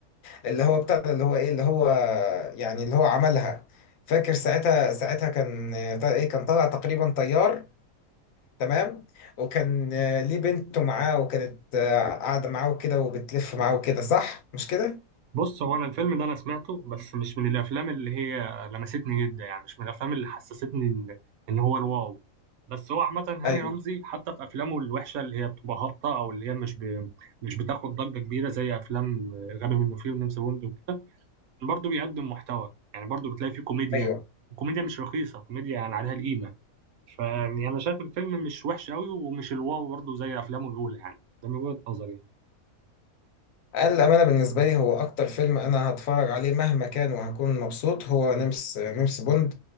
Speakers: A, on the left; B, on the right.
A: اللي هو بتاع ده، اللي هو ايه اللي هو يعني اللي هو عملها فاكر ساعتها ساعتها كان آه، ايه كان طالع تقريبا طيار تمام وكان آه، ليه بنته معاه وكانت آه، قاعده معاه وكده وبتلف معاه وكده صح مش كده
B: بص هو انا الفيلم ده انا سمعته بس مش من الافلام اللي هي لمستني جدا يعني مش من الافلام اللي حسستني ان ان هو الواو بس هو عامه هاني
A: ايوه
B: رمزي حتى في افلامه الوحشه اللي هي بتبقى هابطه او اللي هي مش ب... مش بتاخد ضجه كبيره زي افلام غبي منه فيه ونمس بوند وكده برضه بيقدم محتوى يعني برضه بتلاقي فيه كوميديا
A: ايوه
B: وكوميديا مش رخيصه كوميديا يعني عليها القيمه فيعني انا شايف الفيلم مش وحش قوي ومش الواو برضه زي افلامه الاولى يعني ده من وجهه نظري يعني.
A: الأمانة بالنسبة لي هو أكتر فيلم أنا هتفرج عليه مهما كان وهكون مبسوط هو نمس نمس بوند